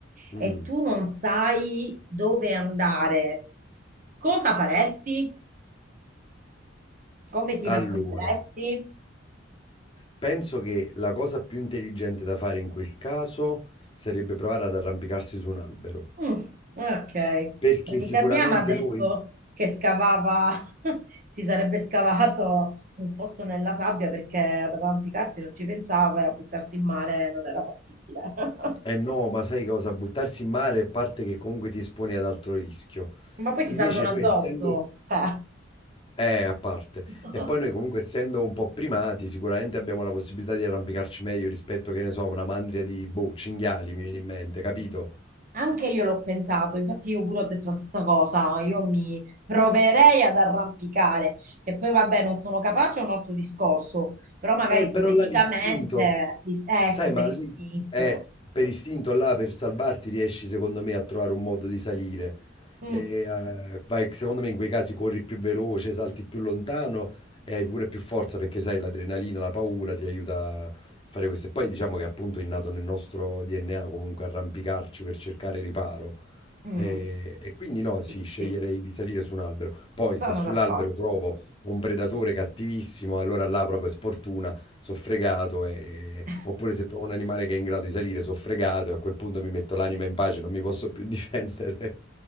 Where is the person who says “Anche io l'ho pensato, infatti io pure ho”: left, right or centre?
Right